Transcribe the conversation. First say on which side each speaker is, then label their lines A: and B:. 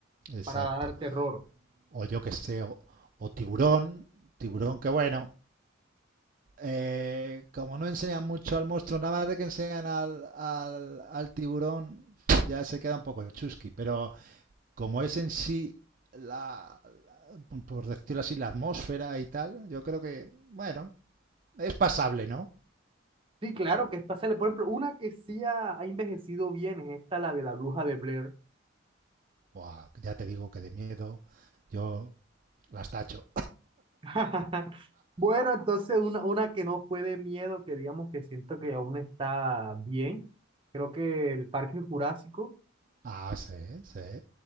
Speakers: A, on the right (about 45°); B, on the right (about 25°).
A: Exacto.
B: para dar terror.
A: O yo que sé, o, o tiburón, tiburón que bueno, Eh, como no enseñan mucho al monstruo, nada más de que enseñan al, al, al tiburón, ya se queda un poco chusqui. Pero como es en sí, la, la- por decirlo así, la atmósfera y tal, yo creo que, bueno, es pasable, ¿no?
B: Sí, claro, que es pasable. Por ejemplo, una que sí ha, ha envejecido bien es esta, la de la bruja de Blair.
A: Buah, ya te digo que de miedo yo las tacho.
B: <laughs> Bueno, entonces una, una que no fue de miedo, que digamos que siento que aún está bien. Creo que el Parque Jurásico,
A: Ah, sí, sí,